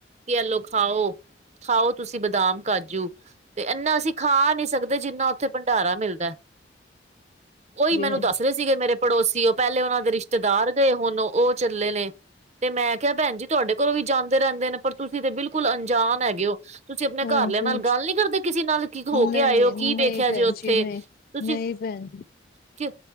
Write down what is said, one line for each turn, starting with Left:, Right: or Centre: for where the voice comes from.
Right: ਕਿ ਐਲੋ ਖਾਓ ਖਾਓ ਤੁਸੀਂ ਬਦਾਮ ਕਾਜੂ ਤੇ ਇਨਾ ਅਸੀਂ ਖਾ ਨਹੀਂ ਸਕਦੇ ਜਿੰਨਾ ਉੱਥੇ ਭੰਡਾਰਾ ਮਿਲਦਾ। ਉਹੀ ਮੈਨੂੰ
Left: ਹਾਂਜੀ
Right: ਦੱਸ ਰਹੇ ਸੀਗੇ ਮੇਰੇ ਪੜੋਸੀ ਉਹ ਪਹਿਲੇ ਉਹਨਾਂ ਦੇ ਰਿਸ਼ਤੇਦਾਰ ਗਏ ਹੁਣ ਉਹ ਚੱਲੇ ਨੇ ਤੇ ਮੈਂ ਕਿਹਾ ਭੈਣ ਜੀ ਤੁਹਾਡੇ ੋਂ ਵੀ ਜਾਂਦੇ ਰਹਿੰਦੇ ਨੇ ਪਰ ਤੁਸੀਂ ਤੇ ਬਿਲਕੁਲ ਅਣਜਾਨ ਹੈਗੇ ਹੋ ਤੁਸੀਂ ਆਪਣੇ
Left: ਹਾਂਜੀ
Right: ਘਰਲਿਆਂ ਨਾਲ
Left: ਹਾਂਜੀ
Right: ਗੱਲ ਨੀ ਕਰਦੇ ਕਿਸੇ ਨਾਲ ਕੀ ਹੋ
Left: ਨਹੀਂ
Right: ਕੇ ਆਏਓ ਕੀ ਦੇੇਖਿਆ
Left: ਨਹੀਂ ਭੈਣ
Right: ਜੇ ਉੱਥੇ
Left: ਜੀ ਨਹੀਂ
Right: ਤੁਸੀਂ
Left: ਨਹੀਂ ਭੈਣ ਜੀ
Right: ਕਿ